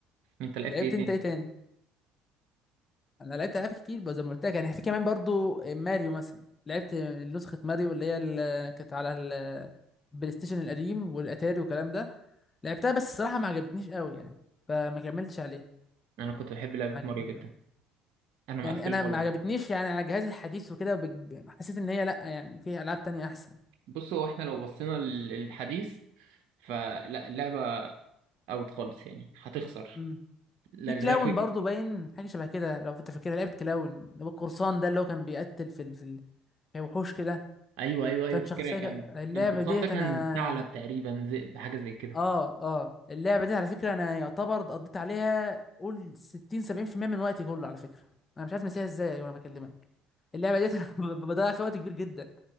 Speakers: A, on the right (about 55°); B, on the left (about 30°).
A: انت لعبت
B: لعبت
A: ايه تاني؟
B: انت ايه تاني انا لعبت العاب كتير بقى زي ما قلت لك يعني في كمان برضو ماريو مثلا لعبت نسخه ماريو اللي هي اللي كانت على البلاي ستيشن القديم والاتاري والكلام ده لعبتها بس الصراحه ما عجبتنيش قوي يعني فما كملتش عليها
A: انا كنت بحب لعبة
B: ما عجبتنيش
A: ماريو جدا
B: قوي
A: انا
B: يعني
A: مقفل
B: انا
A: ماريو
B: ما عجبتنيش يعني على جهازي الحديث وكده بج- حسيت ان هي لا يعني في العاب تانية احسن
A: بص هو احنا لو بصينا لل- للحديث فلا اللعبة اوت خالص يعني هتخسر
B: امم
A: لا
B: في كلاون
A: الجرافيك
B: برضو باين حاجه شبه كده لو انت فاكرها لعبت كلاون اللي هو القرصان ده اللي هو كان بيقتل في ال- في ال- في وحوش كده
A: ايوه ايوه ايوه
B: كان
A: فاكرها
B: شخصيه
A: كان
B: اللعبه
A: كان كورسان
B: ديت
A: ده كان
B: انا
A: ثعلب تقريبا زي حاجة زي كده
B: اه اه اللعبه دي على فكره انا يعتبر قضيت عليها قول 60 70% من وقتي كله على فكره انا مش عارف نسيها ازاي وانا بكلمك اللعبه ديت <laughs> انا ب- بضيع فيها وقت كبير جدا